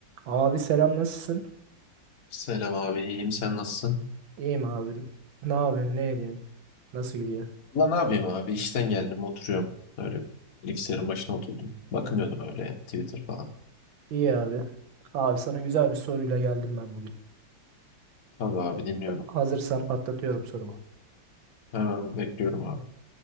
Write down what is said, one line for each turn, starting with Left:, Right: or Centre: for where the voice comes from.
Right: Abi selam nasılsın?
Left: Selam abi, iyiyim. Sen nasılsın?
Right: İyiyim abi. Ne yapıyorsun? Ne ediyorsun? Nasıl gidiyor?
Left: Ulan ne yapayım abi? İşten geldim, oturuyorum. Öyle bilgisayarın başına oturdum. Bakınıyordum öyle Twitter falan.
Right: İyi abi. Abi sana güzel bir soruyla geldim ben bugün.
Left: Tabii abi dinliyorum.
Right: Hazırsan patlatıyorum sorumu.
Left: Hemen bekliyorum abi.